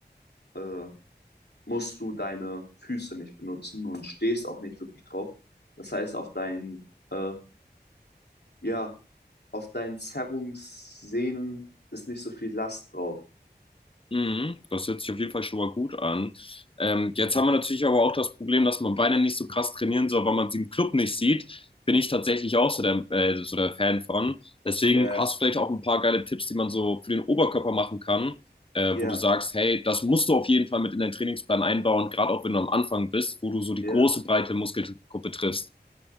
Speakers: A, on the left; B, on the left.
A: äh, musst du deine Füße nicht benutzen und stehst auch nicht wirklich drauf. Das heißt, auf deinen, äh, ja, auf deinen Zerrungssehnen ist nicht so viel Last drauf.
B: Mhm, das hört sich auf jeden Fall schon mal gut an. Ähm, jetzt haben wir natürlich aber auch das Problem, dass man Beine nicht so krass trainieren soll, weil man sie im Club nicht sieht. Bin ich tatsächlich auch so der, äh, so der Fan von. Deswegen
A: Ja,
B: hast du vielleicht auch ein paar geile Tipps, die man so für den Oberkörper machen kann, äh,
A: ja,
B: wo du sagst, hey, das musst du auf jeden Fall mit in deinen Trainingsplan einbauen, gerade auch wenn du am Anfang bist, wo du so die
A: ja.
B: große, breite Muskelgruppe triffst.